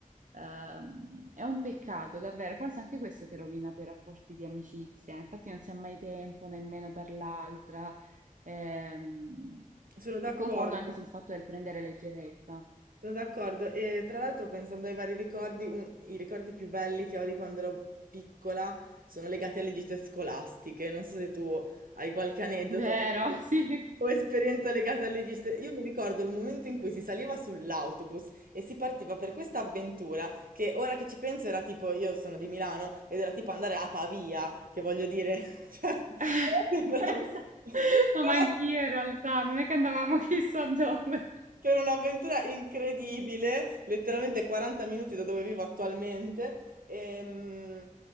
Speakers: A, on the right; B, on the right.
A: Ehm, è un peccato, davvero, forse anche questo che rovina poi i rapporti di amicizia. Infatti non si ha mai tempo nemmeno per l'altra. Ehm,
B: Sono d'accordo.
A: e concordo anche sul fatto del prendere leggerezza.
B: Sono d'accordo e tra l'altro pensando ai vari ricordi, un- i ricordi più belli che ho di quando ero piccola sono legati alle gite scolastiche. Non so se tu hai qualche aneddoto
A: Vero,
B: <laughs>
A: sì.
B: o esperienza legata alle gite. Io mi ricordo il momento in cui si saliva sull'autobus e si partiva per questa avventura che ora che ci penso era tipo, io sono di Milano ed era tipo andare a Pavia, che voglio dire, <laughs> cioè,
A: <laughs>
B: però
A: Esatto.
B: sembrava <laughs>
A: No,
B: Ma
A: ma anch'io in realtà, non è che andavamo <laughs> chissà dove.
B: Per un'avventura incredibile, letteralmente 40 minuti da dove vivo attualmente. ehm,